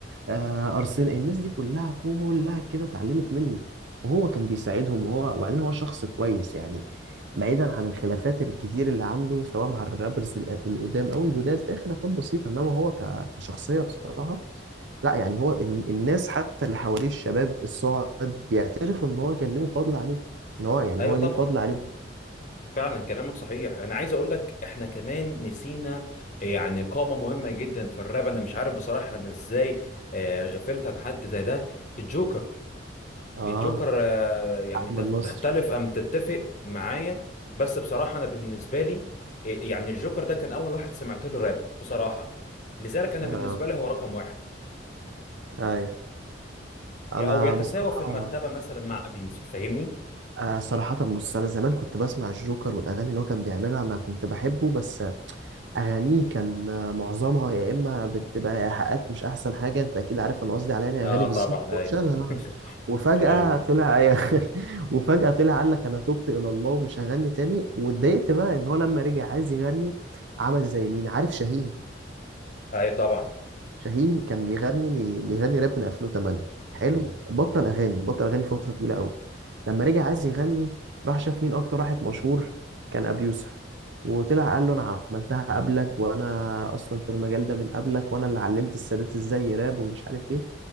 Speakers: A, on the right; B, on the left.
A: آه ارسنال الناس دي كلها كلها كده اتعلمت منه وهو كان بيساعدهم وهو وبعدين هو شخص كويس يعني بعيدا عن الخلافات الكتير اللي عنده سواء مع الرابرز ال- القدام او الجداد فهي خلافات بسيطه انما هو ك- كشخصيه بصراحه لا يعني هو ال- الناس حتى اللي حواليه الشباب الصاعد بيعترفوا ان هو كان ليهم فضل عليه ان هو يعني
B: ايوه
A: هو
B: طبعا
A: ليه فضل عليهم
B: فعلا كلامك صحيح انا عايز اقول لك احنا كمان نسينا يعني قامه مهمه جدا في الراب انا مش عارف بصراحه انا ازاي آه، غفلت عن حد زي ده الجوكر
A: اه
B: الجوكر آه، يعني
A: احمد
B: تخ-
A: نصر
B: تختلف أم تتفق معايا بس بصراحة أنا بالنسبة لي إيه، يعني الجوكر ده كان أول واحد سمعت له راب بصراحة لذلك أنا
A: اه
B: بالنسبة لي هو رقم واحد
A: ايوه
B: يا-
A: انا
B: أو يتساوى
A: بصراحه
B: في المرتبة مثلا مع أبي يوسف فاهمني؟
A: آه صراحة بص أنا زمان كنت بسمع الجوكر والأغاني اللي هو كان بيعملها أنا كنت بحبه بس أغانيه كان آه، معظمها يا إما بتبقى إيحاءات مش أحسن حاجة أنت أكيد عارف أنا قصدي على يعني
B: آه
A: أغاني بالظبط
B: طبعا
A: وشالها
B: أيوه <laughs>
A: وفجأة
B: أيوه
A: طلع <laughs> وفجأة طلع قال لك أنا تبت إلى الله ومش هغني تاني واتضايقت بقى إن هو لما رجع عايز يغني عمل زي مين عارف شاهين
B: أيوه طبعا
A: شاهين كان بيغني بي- بيغني راب من 2008 حلو بطل اغاني بطل اغاني فتره طويله قوي لما رجع عايز يغني راح شاف مين اكتر واحد مشهور كان ابي يوسف وطلع قال له انا عملتها قبلك وانا اصلا في المجال ده من قبلك وانا اللي علمت السادات ازاي يراب ومش عارف ايه